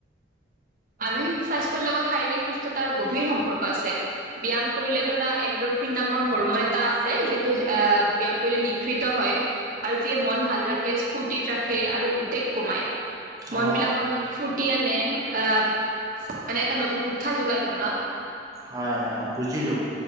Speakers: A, on the right; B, on the right.
A: মানসিক স্বাস্থ্যৰ লগত শাৰীৰিক সুস্থতাৰ গভীৰ সম্পৰ্ক আছে ব্যায়াম কৰিলে ধৰা এনডৰফিন নামৰ হৰমন এটা আছে যিটো আহ ব্যায়াম কৰিলে নিশৃত হয় আৰু যি মন ভাল ৰাখে ফূৰ্তিত ৰাখে আৰু উদ্বেগ কমায় মন
B: অ
A: বিলাকৰ মনত ফুৰ্তি আনে আহ মানে এটা নতুন উৎসাহ যোগাই মনত
B: হয় হয় বুজিলো